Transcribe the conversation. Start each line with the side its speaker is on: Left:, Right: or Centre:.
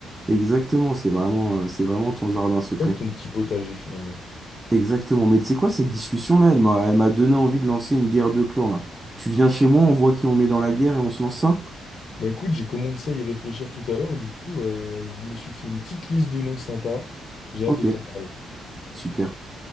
Right: Exactement, c'est vraiment, euh, c'est vraiment ton jardin secret.
Left: Comme ton petit potager finalement.
Right: Exactement, mais tu sais quoi, cette discussion-là, elle m'a, elle m'a donné envie de lancer une guerre de clans, là. Tu viens chez moi, on voit qui on met dans la guerre et on se lance ça?
Left: Bah écoute, j'ai commencé à y réfléchir tout à l'heure, du coup, euh, je me suis fait une petite liste de noms sympas. J'ai hâte
Right: Ok,
Left: de t'en parler.
Right: super.